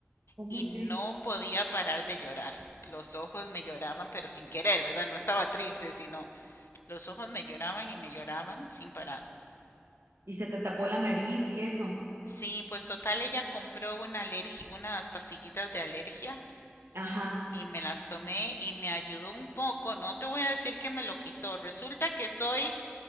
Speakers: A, on the right; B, on the left.
A: ¿cómo
B: y no
A: crees?
B: podía parar de llorar. Los ojos me lloraban, pero sin querer, ¿verdad? No estaba triste, sino los ojos me lloraban y me lloraban sin parar.
A: Y se te tapó la nariz y eso.
B: Sí, pues total ella compró una alergia, unas pastillitas de alergia
A: Ajá.
B: y
A: <gasps>
B: me las tomé y me ayudó un poco. No te voy a decir que me lo quitó. Resulta que soy